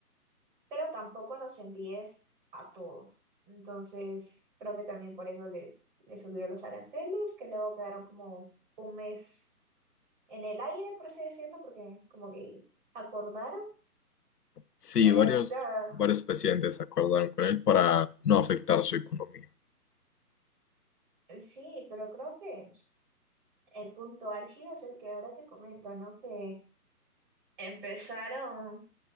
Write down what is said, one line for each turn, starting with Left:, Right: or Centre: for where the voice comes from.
Right: pero tampoco nos envíes a todos. Entonces, creo que también por eso les, les subió los aranceles, que luego quedaron como un mes en el aire, por así decirlo, porque como que acordaron,
Left: Sí,
Right: pero
Left: varios,
Right: está,
Left: varios presidentes acordaron con él para no afectar su economía.
Right: sí, pero creo que el punto álgido es el que ahora te comento, ¿no? Que empezaron,